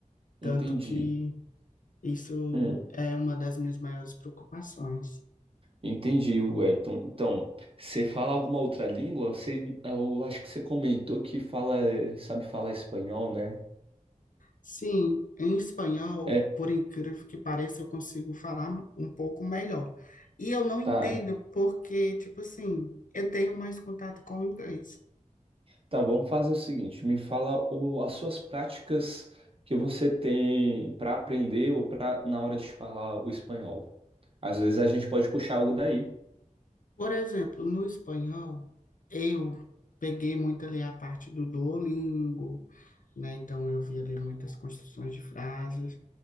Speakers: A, on the left; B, on the right.
A: Tanto
B: entendi.
A: que isso
B: hum.
A: é uma das minhas maiores preocupações.
B: Entendi, Wellington. Então, você fala alguma outra língua? Você, eu acho que você comentou que fala, sabe falar espanhol, né?
A: Sim, em espanhol,
B: É,
A: por incrível que pareça, eu consigo falar um pouco melhor. E eu não entendo
B: tá.
A: porque, tipo assim, eu tenho mais contato com o inglês.
B: Então, vamos fazer o seguinte: me fala o- as suas práticas que você tem para aprender ou para na hora de falar o espanhol. Às vezes a gente pode puxar algo daí.
A: Por exemplo, no espanhol, eu peguei muito ali a parte do Duolingo, né? Então eu vi ali muitas construções de frases.